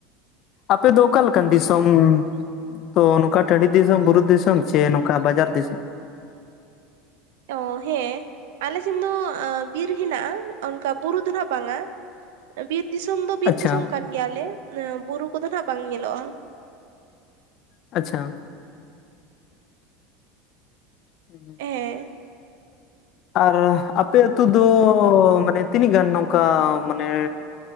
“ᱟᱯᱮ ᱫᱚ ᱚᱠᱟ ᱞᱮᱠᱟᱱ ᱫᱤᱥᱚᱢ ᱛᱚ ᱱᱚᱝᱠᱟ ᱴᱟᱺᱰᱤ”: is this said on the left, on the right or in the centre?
Left